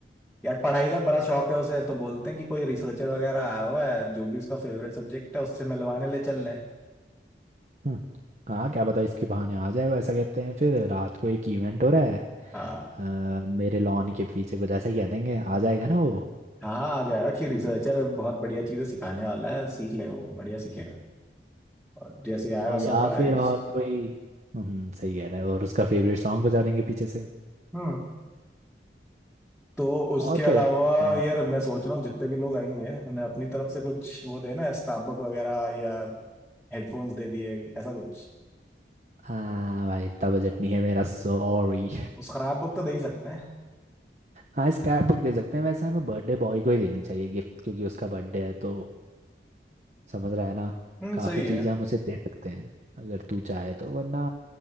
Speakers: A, in the centre; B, on the right (about 40°).
A: यार पढ़ाई का बड़ा शौक है उसे तो बोलते हैं कि कोई रिसर्चर वगैरह आया हुआ है जो भी उसका फेवरेट सब्जेक्ट है उससे मिलवाने ले चल रहे हैं
B: हम्म, हाँ क्या पता इसके बहाने आ जाए वो ऐसा कहते हैं फिर रात को एक इवेंट हो रहा है
A: हाँ
B: अ, मेरे लॉन के पीछे कुछ ऐसा ही कह देंगे आ जाएगा ना वो
A: हाँ आ जाएगा कि रिसर्चर बहुत बढ़िया चीजें सिखाने वाला है सीख ले वो बढ़िया सीखेगा और जैसे ही आएगा
B: और
A: सरप्राइज
B: या फिर और कोई हम्म सही कह रहा है और उसका फेवरेट सॉन्ग बजा देंगे पीछे से
A: हम्म तो उसके
B: और
A: अलावा
B: क्या कर सकते हैं
A: यार मैं सोच रहा हूँ जितने भी लोग आएंगे उन्हें अपनी तरफ से कुछ वो देना स्क्रैप बुक वगैरह या हेडफोन्स दे दिए ऐसा कुछ
B: हाँ भाई इतना बजट नहीं है मेरा सॉरी
A: स्क्रैप बुक तो दे ही सकते हैं
B: हाँ स्क्रैप बुक दे सकते हैं वैसे हमें बर्थडे बॉय को ही देनी चाहिए गिफ्ट क्योंकि उसका बर्थडे है तो समझ रहा है ना
A: हम्म
B: काफ़ी
A: सही
B: चीज़ें
A: है
B: हम उसे दे सकते हैं अगर तू चाहे तो वरना